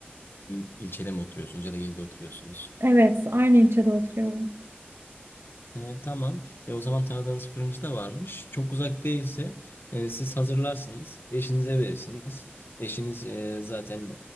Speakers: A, on the left; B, on the right.
A: ilçede mi oturuyorsunuz ya da ilde oturuyorsunuz?
B: Evet, aynı ilçede oturuyorum.
A: E, tamam. E, o zaman tanıdığınız fırıncı da varmış. Çok uzak değilse e, siz hazırlarsınız. Eşinize verirsiniz. Eşiniz e, zaten e,